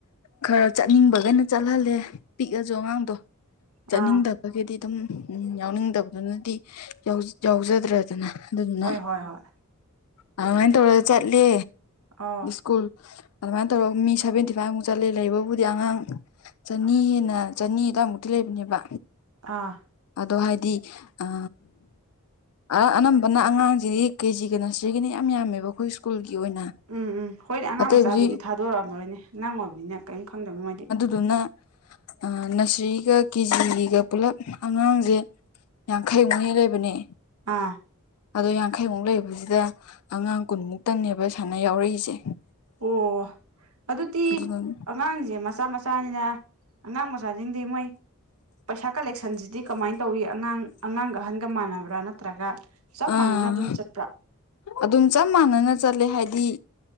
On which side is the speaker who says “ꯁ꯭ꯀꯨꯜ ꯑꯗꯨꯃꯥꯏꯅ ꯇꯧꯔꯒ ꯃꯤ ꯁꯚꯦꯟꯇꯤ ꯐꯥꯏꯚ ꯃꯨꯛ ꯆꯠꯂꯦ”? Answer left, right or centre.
Left